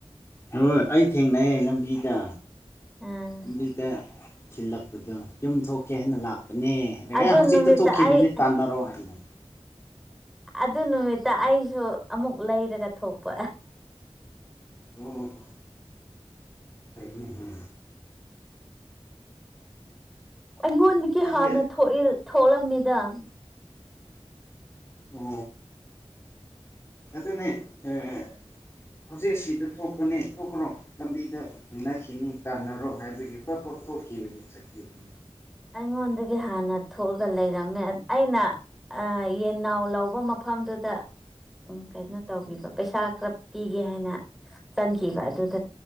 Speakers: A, on the left; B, in the centre.
A: ꯍꯣꯏ ꯑꯩ ꯊꯦꯡꯅꯩꯌꯦ ꯂꯝꯕꯤꯗ
B: ꯑꯥ
A: ꯂꯝꯕꯤꯗ ꯊꯤꯜꯂꯛꯄꯗꯣ ꯌꯨꯝ ꯊꯣꯛꯀꯦ ꯍꯥꯏꯅ ꯂꯥꯛꯄꯅꯦ
B: ꯑꯗꯨ
A: ꯑꯦ ꯍꯧꯖꯤꯛꯇ
B: ꯅꯨꯃꯤꯠꯇ
A: ꯊꯣꯛꯈꯤꯕꯅꯤ
B: ꯑꯩ
A: ꯇꯥꯟꯅꯔꯣ ꯍꯥꯏꯅ
B: ꯑꯗꯨ ꯅꯨꯃꯤꯠꯇ ꯑꯩꯁꯨ ꯑꯃꯨꯛ ꯂꯩꯔꯒ ꯊꯣꯛꯄ
A: ꯑꯣ ꯍ ꯀꯅ
B: ꯑꯩꯉꯣꯟꯗꯒꯤ
A: ꯑꯩꯗꯤ
B: ꯍꯥꯟꯅ ꯊꯣꯛꯂꯝꯃꯤꯗ
A: ꯑꯣ ꯑꯗꯨ ꯑꯗꯨꯅꯤ ꯑꯦ ꯍꯧꯖꯤꯛ ꯁꯤꯗ ꯊꯣꯛꯄꯅꯤ ꯊꯣꯛꯈ꯭ꯔꯣ ꯂꯝꯕꯤꯗ ꯊꯦꯡꯅꯈꯤꯅꯤ ꯇꯥꯟꯅꯔꯣ ꯍꯥꯏꯕꯒꯤ ꯇꯣꯈꯤꯕꯕ ꯊꯈꯤꯕꯅꯤ
B: ꯑꯩꯉꯣꯟꯗꯒꯤ ꯍꯥꯟꯅ ꯊꯣꯛꯂꯒ ꯂꯩꯔꯝꯃꯦ ꯑꯩꯅ ꯌꯦꯟꯅꯥꯎ ꯂꯧꯕ ꯃꯐꯝꯗꯨꯗ ꯎ ꯀꯩꯅꯣ ꯇꯧꯕꯤꯕ ꯄꯩꯁꯥ ꯈꯔ ꯄꯤꯒꯦ ꯍꯥꯏꯅ ꯆꯪꯈꯤꯕ ꯑꯗꯨꯗ